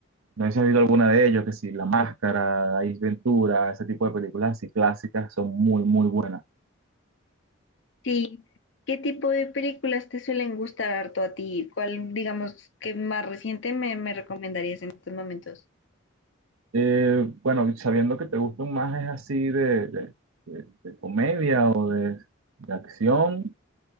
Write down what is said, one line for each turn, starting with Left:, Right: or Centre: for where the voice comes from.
Right: No sé si has visto alguna de ellos, que sí, La Máscara, Ace Ventura, ese tipo de películas así clásicas son muy, muy buenas.
Left: Sí. ¿Qué tipo de películas te suelen gustar harto a ti? ¿Cuál, digamos, que más reciente me, me recomendarías en estos momentos?
Right: Eh, bueno, sabiendo que te gustan más es así de, de- de- de comedia o de, de acción,